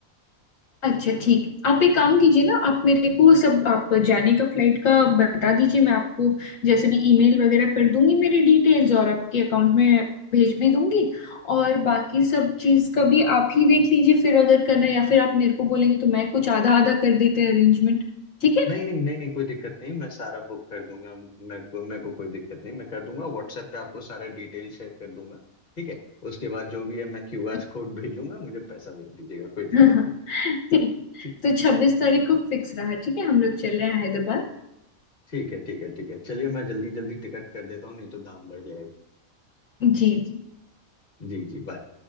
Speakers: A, on the left; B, on the left.
A: अच्छा ठीक है आप एक काम कीजिए ना आप मेरे को सब आप जाने का फ्लाइट का बता दीजिए मैं आपको जैसे भी ईमेल वगैरह कर दूंगी मेरी डिटेल्स और आपके अकाउंट में भेज भी दूंगी और बाकी सब चीज़ का भी आप ही देख लीजिए फिर अगर करना है या फिर आप मेरे को बोलेंगे तो मैं कुछ आधा आधा कर देते हैं अरेंजमेंट ठीक है
B: नहीं नहीं नहीं नहीं कोई दिक्कत नहीं मैं सारा बुक कर दूंगा मेरे को मेरे को कोई दिक्कत नहीं मैं कर दूंगा व्हाट्सएप पे आपको सारा डिटेल शेयर कर दूंगा ठीक है उसके बाद जो भी है मैं क्यूआर
A: <laughs>
B: कोड भेजूंगा मुझे पैसा भेज दीजिएगा कोई
A: ठीक
B: दिक्कत नहीं
A: है।
B: ठीक
A: तो छब्बीस तारीख को फिक्स रहा ठीक है हम लोग चल रहे हैं हैदराबाद
B: ठीक है ठीक है ठीक है चलिए मैं जल्दी जल्दी टिकट कर देता हूँ नहीं तो दाम बढ़ जाएगा
A: जी जी
B: जी जी बाय